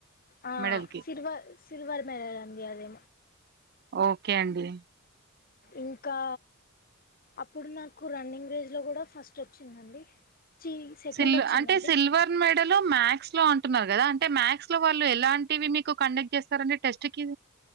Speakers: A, on the left; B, on the right.
A: ఆ
B: మెడల్ కి
A: సిల్వ సిల్వర్ మెడల్ అండి అది
B: ఓకే అండి
A: ఇంకా అప్పుడు నాకు రన్నింగ్ రేజ్ లో కూడా ఫస్ట్ వచ్చిందండి చి సెకండ్
B: సిల్వ
A: వచ్చిందండి
B: అంటే సిల్వర్ మెడల్ మ్యాథ్స్ లో అంటున్నారు కదా అంటే మ్యాథస్ లో వాళ్ళు ఎలాంటివి మీకు కండక్ట్ చేస్తారండి టెస్ట్ కి